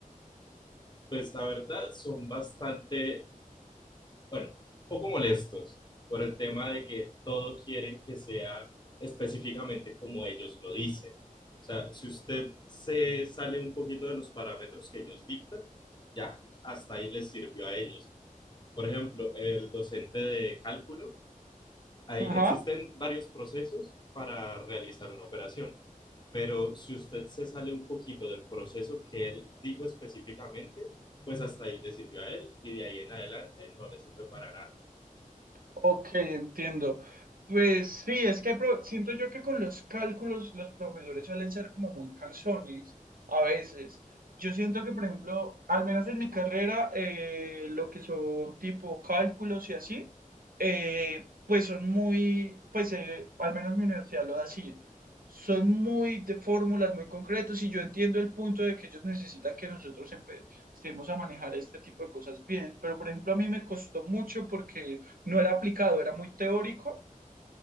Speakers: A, on the left; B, on the right.
A: Pues la verdad son bastante bueno, un poco molestos por el tema de que todo quieren que sea específicamente como ellos lo dicen. O sea, si usted se sale un poquito de los parámetros que ellos dictan, ya, hasta ahí les sirvió a ellos. Por ejemplo, el docente de cálculo, ahí
B: Ajá.
A: existen varios procesos para realizar una operación, pero si usted se sale un poquito del proceso que él dijo específicamente, pues hasta ahí le sirvió a él y de ahí en adelante no le sirve para nada.
B: Ok, entiendo. Pues sí, es que hay pro- siento yo que con los cálculos los profesores suelen ser como muy cansones a veces. Yo siento que, por ejemplo, al menos en mi carrera, eh, lo que son tipo cálculos y así, eh, pues son muy, pues eh, al menos mi universidad lo da así, son muy de fórmulas muy concretos y yo entiendo el punto de que ellos necesitan que nosotros empecemos a manejar este tipo de cosas bien, pero por ejemplo a mí me costó mucho porque no era aplicado, era muy teórico.